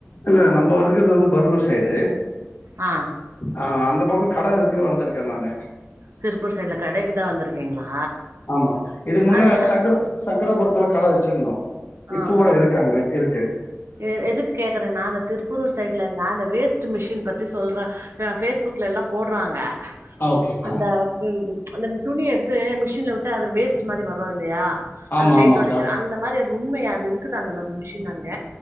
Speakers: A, on the left (about 55°); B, on the right (about 70°).
A: இல்ல நம்பௌ இருக்கர்து வந்து பருகூர் சைடு
B: ஆ
A: அ அந்த பக்கோ கட இருக்கு வந்திருக்க நானு
B: திருப்பூர் சைட்ல கடைக்குதா வந்துருக்கீங்ளா
A: ஆமா இதுக்கு முன்ன
B: அதுல்ல
A: சங்கர சங்கராபுரத்துல கட வெச்சிருந்தோ இப்போ
B: ஆஹா
A: கூட இருக்கு அங்க இருக்கு
B: எ எதுக்கு கேக்குறேன்னா அந்த திருப்பூர் சைட்லல்லா அந்த வேஸ் ட் மிஷின் பத்தி சொல்ற ஃபேஸ்புக்லல்லாம் போட்றாங்க
A: ஓகேக்கா
B: அந்த ம் அந்த துணி எடுத்து மிஷின்ல வுட்டு வேஸ்ட் மாரி வரும் இல்லையா
A: ஆமா
B: அந்த கைத்துடைக்க
A: ஆமாக்கா
B: அந்த மாரி உண்மையா அது இருக்குதா அந்த மாரி மிஷின் அங்க